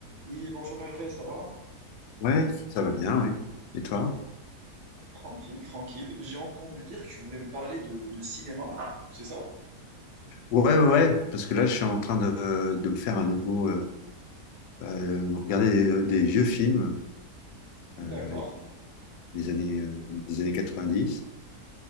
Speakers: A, on the right (about 80°); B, on the left (about 75°).
A: Oui, bonjour Hervé, ça va?
B: Ouais, ça va bien, oui. Et toi?
A: Tranquille, tranquille. J'ai entendu dire que tu voulais me parler de, de cinéma, c'est ça?
B: Ouais, ouais, ouais, parce que là, je suis en train de, de me faire un nouveau, euh, euh, regarder des, des vieux films euh,
A: D'accord.
B: des années, euh, des années quatre-vingt-dix